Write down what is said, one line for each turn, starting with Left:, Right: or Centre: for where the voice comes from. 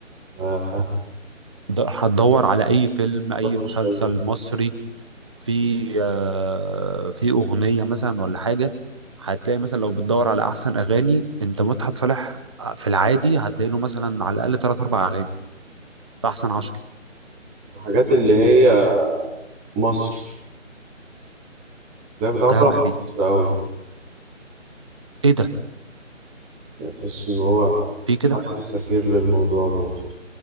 Centre: آه،
Right: د- هتدور على اي فيلم
Centre: بطل
Right: اي
Centre: الشجر
Right: مسلسل مصري في آه في اغنيه مثلا ولا حاجه هتلاقي مثلا لو بتدور على احسن اغاني انت مدحت صالح في العادي هتلاقي له مثلا على الاقل ثلاث اربع اغاني في احسن 10
Centre: وحاجات اللي هي مصر ده بتعبر
Right: اتهم
Centre: عن
Right: ابي
Centre: مصر أوي
Right: ايه ده
Centre: يعني تحس إن هو
Right: في كده
Centre: خير سفير للموضوع برضه